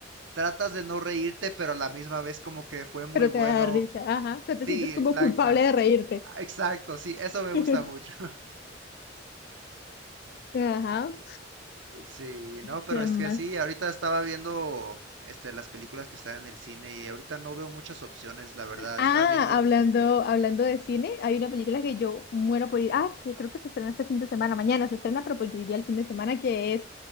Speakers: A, on the right; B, on the left.
A: tratas de no reírte, pero a la misma vez como que fue muy
B: Pero
A: bueno.
B: te da risa, ajá. O sea, te
A: Sí,
B: sientes como
A: exacto.
B: culpable de reírte.
A: Exacto, sí, eso me
B: <laughs>
A: gusta mucho.
B: Ajá.
A: Sí, no,
B: ¿Qué
A: pero es
B: más?
A: que sí, ahorita estaba viendo este las películas que están en el cine y ahorita no veo muchas opciones, la verdad.
B: Ah,
A: Estaba viendo,
B: hablando, hablando de cine, hay una película que yo muero por ir. Ah, que creo que se estrena este fin de semana. Mañana se estrena, pero pues yo iría el fin de semana, que es